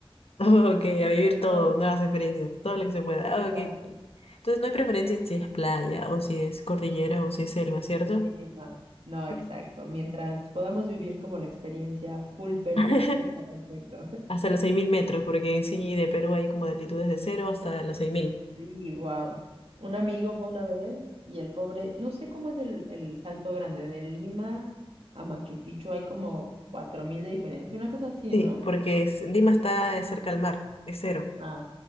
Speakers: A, on the left (about 75°); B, on the right (about 75°).
A: Ok, a vivir todo,
B: Ser-
A: nuevas experiencias, todo lo que se pueda.
B: Exacto.
A: Ah, Ok. Entonces no hay preferencia si es playa o si es cordillera o si es selva, ¿cierto?
B: Sí, no, no, exacto.
A: Ok.
B: Mientras podamos vivir como la experiencia full Perú,
A: <laughs>
B: está perfecto. <laughs>
A: Hasta los 6.000 metros, porque en sí de Perú hay como de altitudes de cero hasta los seis mil.
B: Sí, wow. Un amigo fue una vez y el pobre, no sé cómo es el, el salto grande de Lima a Machu Picchu, hay como cuatro mil de diferencia, una cosa así,
A: Sí,
B: ¿no?
A: porque es- Lima está eh, cerca al mar, es cero.
B: Ah,